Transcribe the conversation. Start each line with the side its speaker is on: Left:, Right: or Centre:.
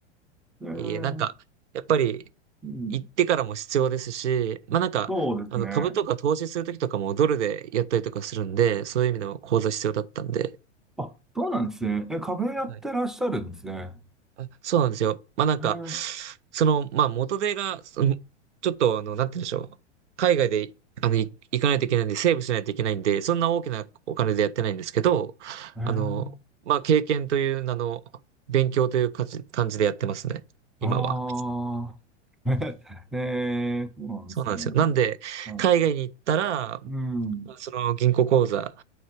Centre: えー、
Right: いえいえ、なんか、やっぱり、
Centre: うん。
Right: 行ってからも必要ですし、まあ、なんか、
Centre: そうですね。
Right: あの、株とか投資するときとかもドルでやったりとかするんで、そういう意味でも口座必要だったんで、
Centre: あ、そうなんですね。え、壁やってらっしゃるんですね。
Right: はいあ、そうなんですよ。まあなんか、
Centre: えー、
Right: その、まあ元手が、そのちょっとあの、なんて言うんでしょう。海外で、あの、い行かないといけないんで、セーブしないといけないんで、そんな大きなお金でやってないんですけど、
Centre: えー、
Right: あの、まあ経験という名の、勉強という感じ、感じでやってますね。
Centre: ああ。
Right: 今は。
Centre: <laughs> えー、そうなんですね。
Right: そうなんですよ。なんで、
Centre: はい
Right: 海外に行ったら、
Centre: うん。
Right: まあその銀行口座